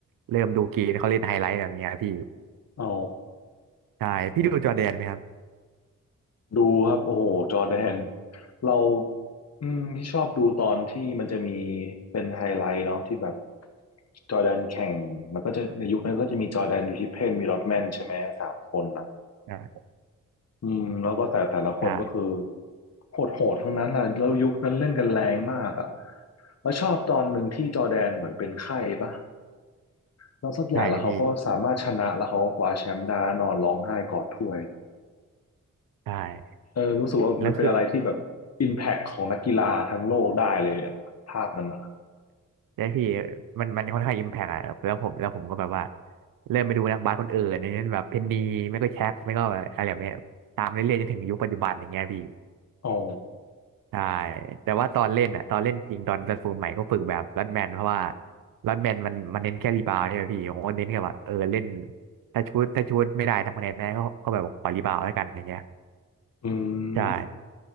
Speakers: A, on the right; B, on the left.
A: เริ่มดูเกมเขาเล่นไฮไลท์แบบเนี้ยพี่
B: อ๋อ
A: ใช่พี่ดูจอร์แดนไหมครับ
B: ดูครับโอ้โหจอร์แดนเราอืมที่ชอบดูตอนที่มันจะมีเป็นไฮไลท์เนาะที่แบบจอร์แดนแข่งมันก็จะในยุคนั้นก็จะมีจอร์แดนอยู่ที่เพนมีลอตแมนใช่ไหมสามคนอ่ะ
A: อ่า
B: อืมแล้วก็แต่แต่ละคนก็คือ
A: ใช่
B: โหดโหดทั้งนั้นอ่ะแล้วยุคนั้นเล่นกันแรงมากอ่ะแล้วชอบตอนหนึ่งที่จอร์แดนเหมือนเป็นไข้ปะแล้วสักอย่างแล้วเขาก็สามารถชนะแล้วเขาก็คว้าแชมป์ได้แล้วนอนร้องไห้กอดถ้วย
A: ใช่พี่ใช่
B: เออรู้สึกว่ามันเป็นอะไรที่แบบอิมแพคของนักกีฬาทั้งโลกได้เลยอะภาพนั้นอ่ะ
A: แล้วคือ ใช่พี่มันมันค่อนข้างอิมแพกอะแล้วผมแล้วผมก็แบบว่าเริ่มไปดูนักบาสคนอื่นอย่างเช่นแบบเพนนีไม่ก็แช็คไม่ก็อะไรแบบเนี้ยตามเรื่อยๆจนถึงยุคปัจจุบันอย่างเงี้ยพี่
B: อ๋อ
A: ใช่แต่ว่าตอนเล่นอะตอนเล่นจริงตอนเซนฟูลใหม่ก็ฝึกแบบรัดแมนเพราะว่ารัดแมนมันมันเน้นแค่รีบาวด์ใช่ไหมพี่ผมก็เน้นแค่ว่าเออเล่นถ้าชุดถ้าชุดไม่ได้ทำคะแนนได้ก็ก็แบบขอรีบาวด์แล้วกันอย่างเงี้ย
B: อื
A: ใช่
B: ม